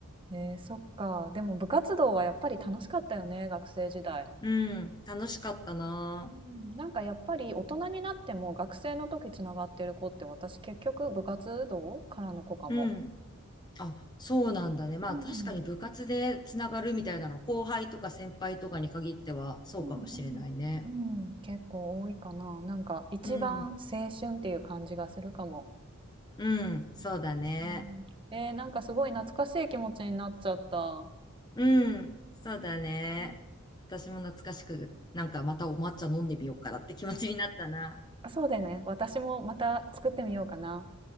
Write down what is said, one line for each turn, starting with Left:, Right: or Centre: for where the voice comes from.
Right: えー、そっか。でも部活動はやっぱり楽しかったよね、学生時代。
Left: うん。楽しかったな。
Right: うん、なんかやっぱり大人になっても学生の時つながってる子って私結局部活動からの子かも。
Left: うん。あ、そうなんだね。まあ確かに部活でつながるみたいなの、
Right: うん、
Left: 後輩とか先輩とかに限ってはそうかもしれないね。
Right: うんうんうん、結構多いかな。なんか一番青春っていう感じがするかも。
Left: うん。うん。そうだね。
Right: うんうんえー、なんかすごい懐かしい気持ちになっちゃった。
Left: うん。そうだね。
Right: うん
Left: 私も懐かしく、なんかまたお抹茶飲んでみようかなって気持ちになったな。
Right: あそうだよね。私もまた作ってみようかな。